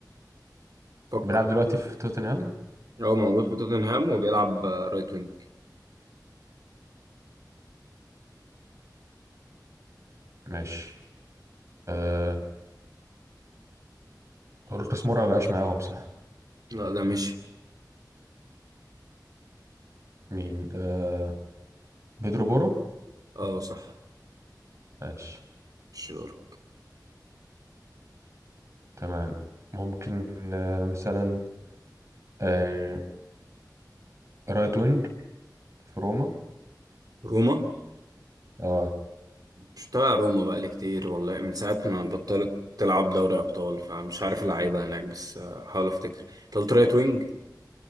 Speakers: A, on the right; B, on the right.
A: فكر
B: بيلعب دلوقتي في توتنهام
A: هو موجود في توتنهام وبيلعب آه، رايت وينج
B: ماشي آه هو لوكاس مورا مبقاش معاهم صح
A: لا ده مشي
B: مين آه بيدرو بورو
A: اه صح
B: ماشي
A: مش دور
B: تمام ممكن آه مثلا آه رايت وينج في روما
A: روما
B: اه
A: مش متابع روما بقالي كتير والله من ساعة ما بطلت تلعب دوري أبطال فمش عارف اللعيبة هناك بس آه، حاول أفتكر انت قلت رايت وينج